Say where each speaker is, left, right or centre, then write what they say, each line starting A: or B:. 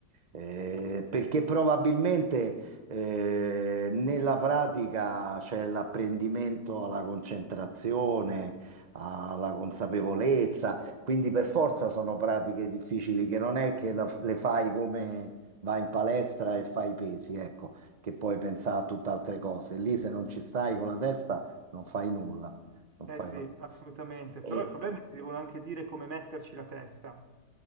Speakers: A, on the right; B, on the right.
A: Eh,
B: Sì.
A: perché probabilmente eh, nella pratica c'è l'apprendimento alla concentrazione, alla consapevolezza, quindi per forza sono pratiche difficili che non è che la- le fai come vai in palestra e fai i pesi, ecco, che puoi pensare a tutt'altre cose. Lì se non ci stai con la testa non fai nulla, non
B: eh
A: fai...
B: sì,
A: pro-
B: assolutamente, però
A: E,
B: il problema è che devono anche dire come metterci la testa.